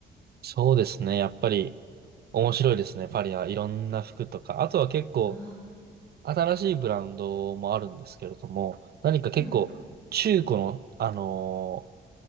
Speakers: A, on the right (about 55°); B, on the left (about 15°).
A: そうですね。やっぱり面白いですね。パリはいろんな服とか。あとは結構
B: あ
A: 新しいブランドもあるんですけれども、何か結構中古の、
B: あ、うん。
A: あのー